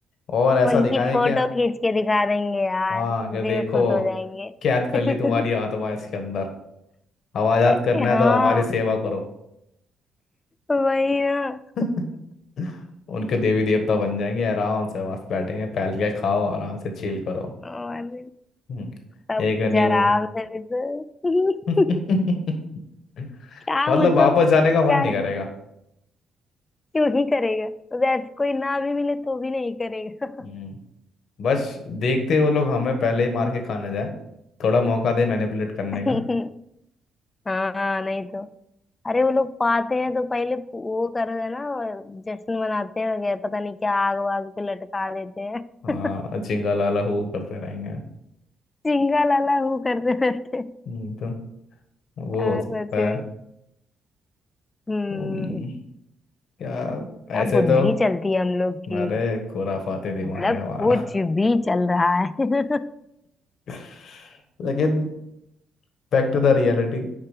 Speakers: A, on the left; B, on the left.
A: और ऐसा
B: उनकी
A: दिखाएं
B: फोटो
A: क्या
B: खींच के दिखा देंगे यार
A: हाँ
B: उसी
A: कि देखो
B: में खुश हो जाएंगे
A: कैद कर
B: <laughs>
A: ली तुम्हारी आत्मा इसके अंदर आवाजात
B: अरे
A: करना है
B: हाँ
A: तो हमारी सेवा करो
B: वही ना
A: <laughs> उनके देवी देवता बन जाएंगे आराम से मस्त बैठेंगे फैल के खाओ आराम से चिल करो
B: और
A: हम्म,
B: सब
A: एक
B: कुछ
A: न्यू
B: आराम से बिल्कुल
A: <laughs>
B: <laughs> क्या
A: मतलब
B: मतलब
A: वापस जाने का मन
B: क्या
A: नहीं करेगा
B: क्यों ही करेगा अगर कोई ना भी मिले तो भी नहीं करेगा
A: हम्म, बस देखते वो लोग हमें पहले ही मार के खा ना जाए थोड़ा मौका दे मैनिपुलेट करने
B: <laughs>
A: का
B: हाँ नहीं तो अरे वो लोग पाते हैं तो पहले वो कर देना जश्न मनाते हैं वगैरह पता नहीं क्या आग वाग पे लटका देते हैं
A: हाँ
B: <laughs>
A: चिंगा लाला हू करते रहेंगे
B: चिंगा लाला वो करते रहते हैं।
A: हम्म, तो वो
B: यार
A: हो सकता
B: सच में
A: है
B: हम्म
A: हम्म, क्या
B: क्या
A: ऐसे
B: बुद्धि
A: तो
B: चलती है हम लोग की
A: अरे खुराफाते दिमाग
B: मतलब
A: है हमारा
B: कुछ भी चल रहा है <laughs>
A: <laughs> लेकिन बैक टू द रियलिटी